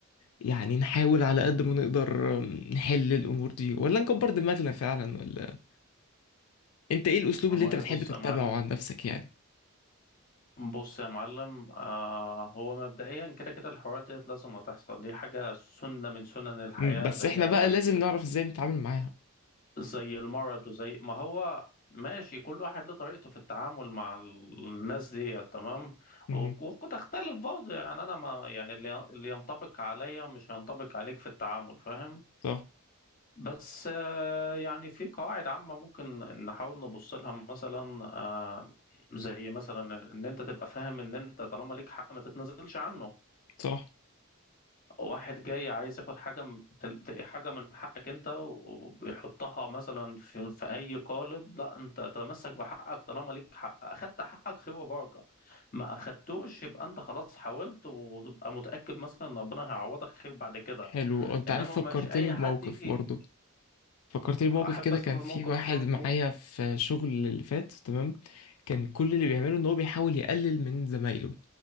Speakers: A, on the left (about 85°); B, on the left (about 40°).
A: يعني نحاول على قد ما نقدر أم، نحل الامور دي ولا نكبر دماغنا فعلا ولا انت ايه الاسلوب
B: والله
A: اللي انت بتحب
B: بص
A: تتبعه
B: يا معلم
A: عن نفسك يعني
B: بص يا معلم آه هو مبدئيا كده كده الحوار ديت لازم هتحصل دي حاجة سنة من سنن الحياة
A: مم، بس
B: زيها
A: احنا بقى
B: زي
A: لازم نعرف ازاي نتعامل معاها
B: زي المرض وزي ما هو ماشي كل واحد له طريقته في التعامل مع ال- الناس دي تمام
A: مهم.
B: و- وتختلف برضه يعني انا ما يعني اللي اللي ينطبق عليا مش هينطبق عليك في التعامل فاهم
A: صح
B: بس آه، يعني في قواعد عامة ممكن نحاول نبص لها مثلا آه، زي مثلا ان انت تبقى فاهم ان انت طالما ليك حق ما تتنازلش عنه
A: صح
B: واحد جاي عايز ياخد حاجة من تل- حاجة من حقك انت وبيحطها مثلا في, في اي قالب لا انت تتمسك بحقك طالما ليك حق اخدت حقك خير وبركة ما اخدتوش يبقى انت خلاص حاولت وتبقى متأكد مثلا ان ربنا هيعوضك خير بعد كده
A: حلو انت
B: انما
A: عارف فكرتني
B: مش اي
A: بموقف
B: حد يجي
A: برضو فكرتني بموقف
B: احب
A: كده
B: اسمع
A: كان
B: الموقف
A: في واحد
B: ده
A: معايا في شغل اللي فات تمام كان كل اللي بيعمله ان هو بيحاول يقلل من زمايله